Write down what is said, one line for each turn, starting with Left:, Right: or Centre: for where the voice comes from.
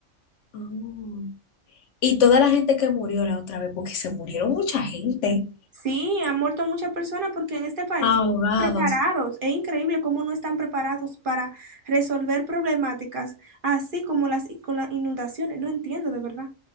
Left: Ah. Y toda la gente que murió la otra vez, porque se murieron mucha gente.
Right: Sí, han muerto muchas personas porque en este país
Left: Ahogados.
Right: no están preparados. Es increíble cómo no están preparados para resolver problemáticas, así como las, con las inundaciones. No entiendo de verdad.